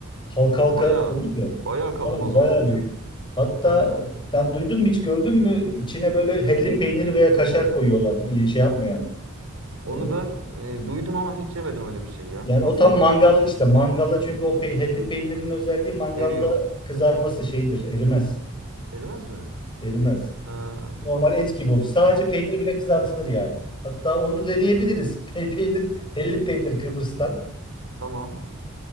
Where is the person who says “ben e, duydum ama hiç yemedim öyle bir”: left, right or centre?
Right